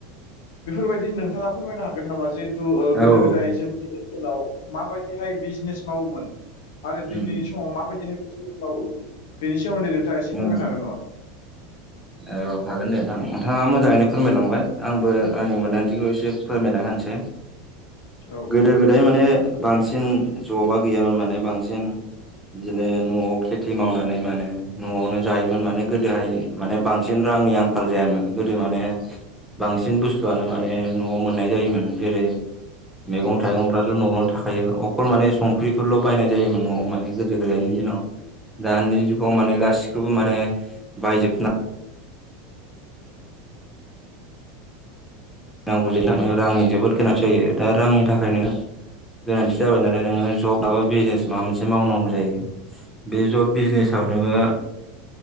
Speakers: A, on the left; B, in the centre.
A: बेफोरबायदि नोंथाङा फोरमायनो हागोन नामा जिहेतु ओ गोदो
B: औ
A: गोदाय
B: औ
A: जोंनि ओनसोलाव माबाय जिहाय बिजनेस मावोमोन आरो दिनैनि
B: उम
A: समाव माबायदि बिजनेज मावो बेनि सोमोन्दै नोंथाङा एसे
B: उम
A: फोरमायनो हागोन नामा
B: औ हागोन दे नोंथां नोंथाङा मोजाङैनो फोरमायलांबाय आंबो आंनि मोन्दांथिखौ एसे फोरमायना होनोसै
A: औ
B: गोदो गोदाय माने बांसिन जबा गैयामोन माने बांसिन बिदिनो नआव खेथि मावनानै माने नआवनो जायोमोन माने गोदोहाय माने बां सिन रांनि आंखाल जायामोन गोदो माने बांसिन बुस्थुआनो माने नआव मोननाय जायोमोन जेरै मैगं
A: औ
B: थाइगंफ्राथ नआवनो थाख खायो अखल माने संख्रिफोरल' बायनाय जायोमोन न'आव माने गोदो गोदायनि दिनाव दानि जुगाव माने गासिखौबो माने बायजोबना नांगौ जायोनो रांनि जोबोद गोनां जायो दा रांनि थाखायनो गोनांथि जाबाय नालाय नोङो जब माबा बिजनेस माबा मोनसे मावनांगौ जायो बे जब बिजनेसाव नोङो